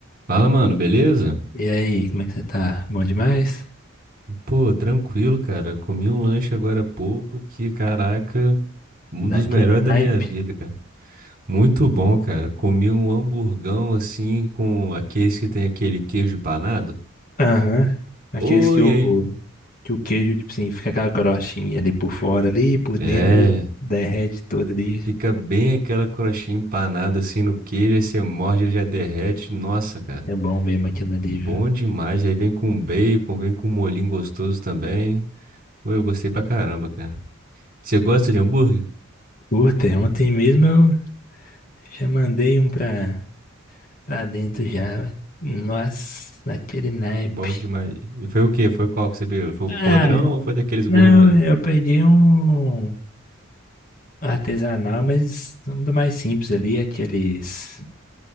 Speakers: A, on the right; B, on the left.
A: Fala, mano, beleza?
B: E aí, como é que você tá? Bom demais?
A: Pô, tranquilo, cara. Eu Comi um lanche agora há pouco que, caraca, um
B: Daquele
A: dos melhores
B: naipe?
A: da minha vida, cara. Muito bom, cara. Comi um hamburgão assim com aqueles que tem aquele queijo empanado.
B: Aham. Aqueles
A: Oi,
B: que o,
A: aí.
B: que o queijo, tipo assim, fica aquela crostinha ali por fora ali, por
A: É,
B: dentro, aí derrete tudo ali.
A: fica bem aquela crostinha empanada assim no queijo, aí você morde, ele já derrete. Nossa, cara.
B: É bom mesmo aquilo ali,
A: Bom
B: viu?
A: demais. Aí vem com bacon, vem com molhinho gostoso também. Pô, eu gostei pra caramba, cara. Você gosta de hambúrguer?
B: Puta, ontem mesmo eu já mandei um pra, pra dentro já. velho. Nossa, daquele naipe.
A: Bom demais. E foi o quê? Foi qual que você pegou? Foi
B: Ah,
A: o podrão ou foi daqueles
B: não,
A: gourmet?
B: eu peguei um artesanal, mas um do mais simples ali, aqueles